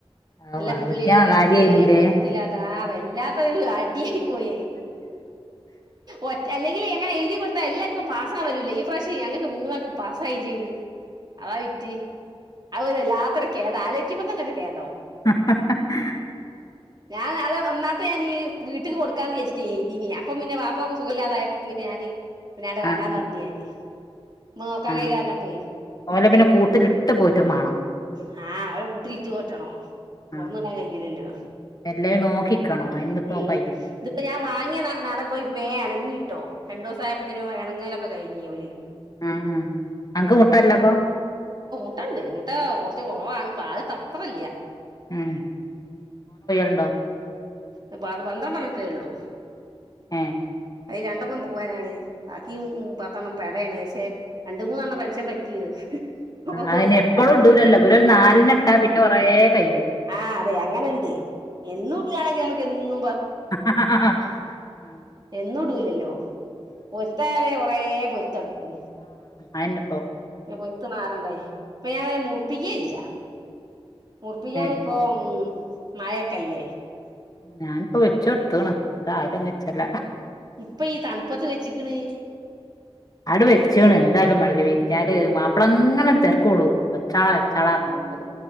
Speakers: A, on the left; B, on the right.
A: ആവൂ
B: നല്ല
A: അത്
B: പുള്ളിയുള്ളെ
A: കിട്ടിയാ കാര്യായിനില്ലേ
B: തീരെ പൊരുത്തില്ലാത്ത ആ വല്ലാത്തൊരു അടിയായി പോയേ. ഒറ്റ അല്ലെങ്കിൽ ങ്ങനെ ഏ കൊടുത്ത എല്ലർക്കും പാസ്സാവലല്ല ഈ പ്രാവശ ഞങ്ങൾക്ക് മൂന്നാക്കും പാസാവേം ചെയ്ത്. അതാ വിറ്റ്. അതൊരു വെല്ലാത്തൊരു കേ ആലേക്കുമ്പോ തന്നെ കേതോ-
A: ഹഹഹ
B: ഞാൻ അത് ഒന്നാത്തെ ഞാനീ വീട്ട്ക്ക് കൊടുക്കാന്ന് വെച്ചിട്ടേയ്തീല്യ പ്പമ്മിന്നെ വാപ്പാക്ക് സുഖില്ലാതായപ്പ പിന്നെഞാനി പിന്നാട്ട് വേണ്ടാന്ന്
A: ആഹ്
B: പറഞ്ഞ് ഞാന് നോക്കാൻ
A: ആഹ്
B: കഴിയാറിഞ്ഞപ്പയി
A: ഓലെ പിന്നെ കൂട്ടിലിട്ട് പോറ്റും മാണം
B: ഹാ അവരെ കൂട്ടിലിട്ടുപോറ്റണോ തുറന്ന
A: ആഹ്
B: വിടാൻ കഴയില്ലല്ലോ
A: എല്ലേം നോക്കിക്കണം അയിനിപ്പോ
B: ഉം
A: കയ്യും
B: ഇതിപ്പോ ഞാൻ വാങ്ങിയ നാ വേ ഇണങ്ങിട്ടോ രണ്ടു ദിവസ ആയപ്പത്തേനും ഇണങ്ങേലൊക്കെ കഴിഞ്ഞി ഓല്
A: ഹാഹാ അന്ക്ക് മുട്ടല്ലപ്പൊ
B: മുട്ട ഉണ്ട് മുട്ട കുറച്ച് കുറവാണ് പാദ്യത്തത്ര ഇല്ല
A: ഉം <unintelligible>
B: അപ്പ അത് പന്തത്രണ്ടന്നത്രേ ഉള്ളൂ
A: ഉം
B: അത് രണ്ടെണ്ണം പോവാനാണ് ബാക്കി പത്തെെണ്ണം പടയാണ് പക്ഷെ രണ്ട മൂന്നെണ്ണം പെൻഷൻ പറ്റിയത്
A: ആഹ് അയിന്
B: കൊടുക്കല്ല
A: എപ്പളും ഇടൂലല്ലോ ഇവലൊരു നാലെണ്ണം ഇട്ടാ പിന്നെ കൊറേ കയ്യും
B: ആ അതെ എങ്ങനെണ്ട് എന്നുംട്ടിയണെങ്കിൽ നമ്മക്ക് എന്നും
A: ഹ ഹ ഹ ഹാ
B: എന്നുംടൂലല്ലോ പൊരുത്ത കുറെ പൊരുത്തെ കെടക്കും
A: ആയിന്റെ
B: പൊരുത്ത് മാറണ്ടേ ഇപ്പൊ ഞാൻ മുറപ്പിക്കേ ഇല്ല മുറപ്പിക്കാൻ
A: ഏഹ്
B: ഇപ്പൊ ഉം മായക്കല്ലേ
A: ഞാൻ ഇപ്പൊ വെച്ച കൊടുത്തണ് എന്തായത് നിച്ചല്ല
B: ഇപ്പൊ ഈ തണുപത്ത് വെച്ചിക്കണ്
A: അടു വെച്ചണ് എന്തായാലും മാണ്ടില്ല വിരിഞ്ഞാല് മാപ്പിള അങ്ങനെ തിരക്കോടൂ വെച്ചാള വെച്ചാളാ പ റിഞ്ഞോട്ട്